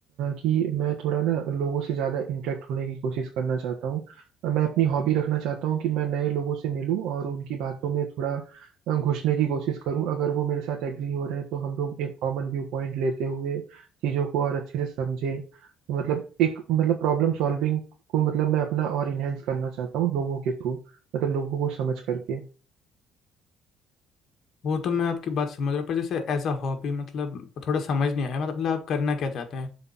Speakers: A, on the right (about 75°); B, on the left (about 50°).
A: कि मैं थोड़ा ना लोगों से ज़्यादा इंटरेक्ट होने की कोशिश करना चाहता हूँ अ, मैं अपनी हॉबी रखना चाहता हूँ कि मैं नए लोगों से मिलूँ और उनकी बातों में थोड़ा अ, घुसने की कोशिश करूँ अगर वो मेरे साथ एग्री हो रहे हैं तो हम लोग एक कॉमन व्यू पॉइंट लेते हुए चीज़ों को और अच्छे से समझें मतलब एक मतलब प्रॉब्लम सॉल्विंग को मतलब मैं अपना और इनहेंस करना चाहता हूँ लोगों के थ्रू मतलब लोगों को समझ करके
B: वो तो मैं आपकी बात समझ रहा हूँ पर जैसे एज अ हॉबी मतलब थोड़ा समझ नहीं आया मतलब आप करना क्या चाहते हैं